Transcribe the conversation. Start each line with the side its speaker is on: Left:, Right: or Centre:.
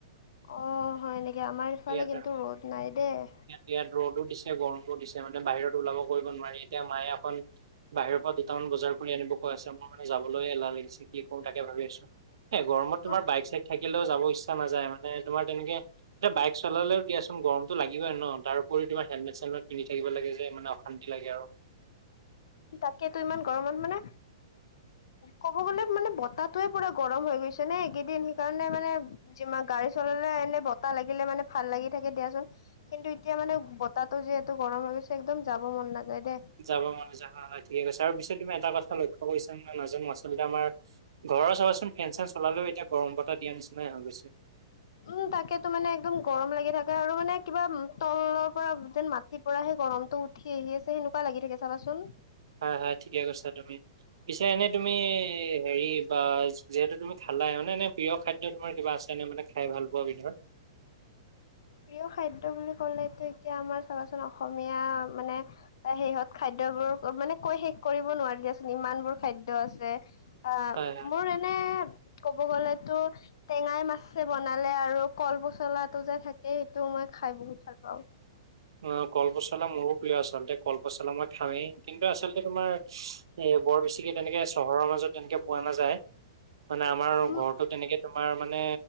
Left: অ হয় নেকি আমাৰ ইফালে
Right: ইয়াতে
Left: কিন্তু ৰ'দ নাই দেই।
Right: ইয়াত ৰ'দো দিছে, গৰমো দিছে, মানে বাহিৰত ওলাব কৰিব নোৱাৰি। এতিয়া মায়ে অকণ বাহিৰৰ পৰা দুটামান বজাৰ কৰি আনিব কৈ আছে, মোৰ মানে যাবলৈ এলাহ লাগিছে কি কৰো তাকে ভাবি আছো। এ গৰমত তোমাৰ
Left: উম,
Right: বাইক-চাইক থাকিলেও যাব ইচ্ছা নাযায় মানে তোমাৰ তেনেকে এয়া বাইক চলালে দিয়াচোন গৰমত লাগিব আৰু ন তাৰোৰি তোৰ উপৰি হেলমেট-চেলমেট পন্ধি থাকিব লাগে যে মানে অসান্তি লাগে আৰু।
Left: তাকে তো ইমান গৰমত মানে ক'ব গ'লে মানে বতাহাতয়ে পুৰা গৰম হৈ গৈছে নে এইকেইদিন সেইকাৰণে মানে যিমান গাড়ী চলালে এনে বতাহ লাগিলে মানে ভাল লাগি থাকে দিয়াচোন। কিন্তু এতিয়া মানে বতাহো যিহেতু গৰম হৈ গৈছে একদম যাব মন নাযায় দেই।
Right: যাব মন যাব ঠিক আছে আৰু পিছত তুমি এটা কথা লক্ষ্য কৰিছা নাজানো আচলতে আমাৰ ঘৰৰ চাবাচোন ফেন-চেন চলালেও এতিয়া গৰম বতাহ দিয়া নিচিনাই হৈ গৈছে।
Left: উম তাকেতো মানে একদম গৰম লাগি থাকে আৰু মানে কিবা তলৰ পৰা যেন মাত ৰাতি পৰা সেই গৰমটো উঠি আহি আছে সেনেকুৱা লাগি থাকে চাবাচোন।
Right: হয় হয় ঠিকে কৈছা তুমি। পিছে এনেই তুমি হেৰি বা যিহেতু তুমি খালা মানে এনে প্ৰিয় খাদ্য তোমাৰ কিবা আছে নে মানে খাই ভাল পোৱা বিধৰ?
Left: প্ৰিয় খাদ্য বুলি ক'লেটো এতিয়া আমাৰ চাবাচোন অসমীয়া মানে সিহঁত খাদ্যবোৰ মানে কৈ শেষ কৰিব নোৱাৰি দিয়াচোন ইমান বোৰ খাদ্য আছে অ
Right: হয় হয়।
Left: মোৰ এনে ক'ব গ'লেতো টেঙাই মাছে বনালে আৰু কল পচলাটো যে থাকে এইটো মই খাই বহুত ভাল পাওঁ।
Right: অ কলপচলা মোৰো প্ৰিয় আচলতে কলপচলা মই খামেই, কিন্তু আচলতে তোমাৰ এ বৰ বেছিকে তেনেকে চহৰৰ মাজত তেনেকে পোৱা নাযায়। মানে আমাৰ
Left: উম
Right: ঘৰতো তেনেকে তোমাৰ মানে